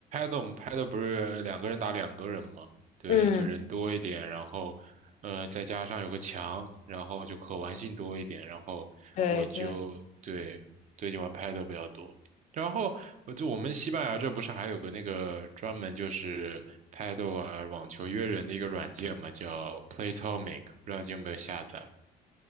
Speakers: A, on the right; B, on the left.
A: 我们拍的不是两个人打两个人嘛，对，
B: <laughs> 嗯，
A: 就人多一点，然后，呃，再加上有个墙，然后就可玩性多一点，然后我就对最近玩拍的比较多。
B: 对对。
A: 然后我就我们西班牙这不是还有个那个专门就是拍豆啊网球约人的一个软件嘛，叫 Playtomic，不知道你有没有下载？